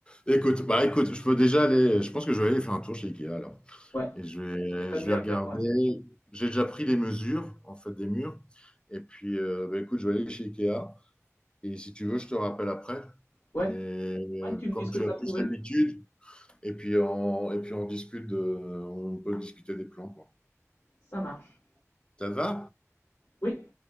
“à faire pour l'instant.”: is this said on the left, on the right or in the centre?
Left